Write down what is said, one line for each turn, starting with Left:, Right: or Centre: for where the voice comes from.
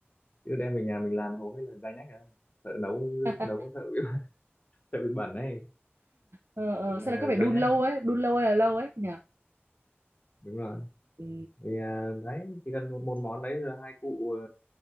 Left: chứ đem về nhà mình làm hầu hết là dai nhách à sợ nấu
Right: <laughs>
Left: nấu có sợ bị, <laughs> sợ bị bẩn đấy
Right: ờ, ờ,
Left: thì là
Right: sao là cứ phải đun
Left: dai nhách
Right: lâu
Left: à
Right: ấy đun lâu hay là lâu ấy nhở
Left: đúng rồi
Right: ừ.
Left: thì à, đấy chỉ cần một, một món đấy rồi hai cụ ờ,